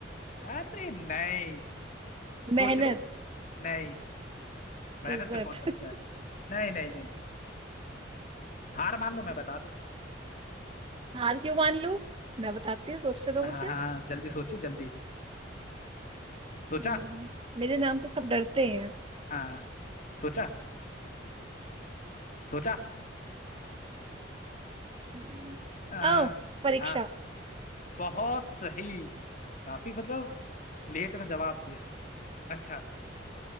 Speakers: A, on the left; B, on the right.
A: अरे नहीं
B: मेहनत
A: सोच लो नहीं मेहनत
B: इज्जत
A: से कौन डरता है नहीं नहीं नहीं हार मान लो मैं
B: <laughs>
A: बता दूंगा
B: हार क्यों मान लूं मैं बताती हूँ सोचते तो
A: हाँ
B: मुझे
A: हाँ जल्दी सोचो जल्दी सोचा
B: हम्म, मेरे नाम से सब डरते हैं
A: हाँ सोचा सोचा
B: हम्म,
A: आ,
B: आओ परीक्षा
A: हाँ बहुत सही काफी मतलब लेट में जवाब दिया अच्छा